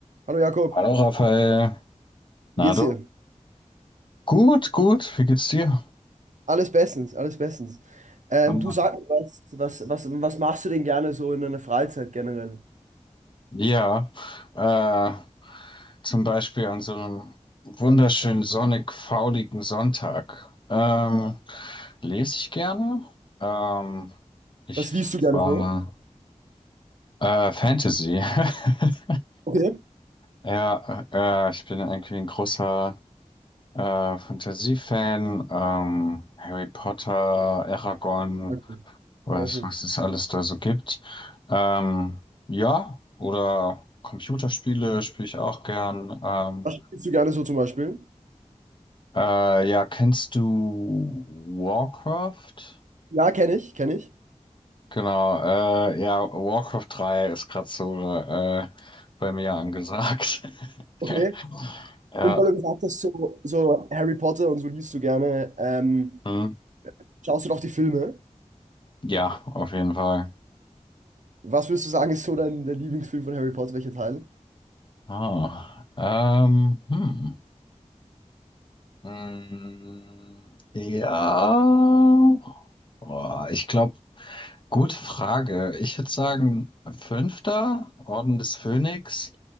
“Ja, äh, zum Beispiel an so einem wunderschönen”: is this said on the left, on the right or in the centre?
Left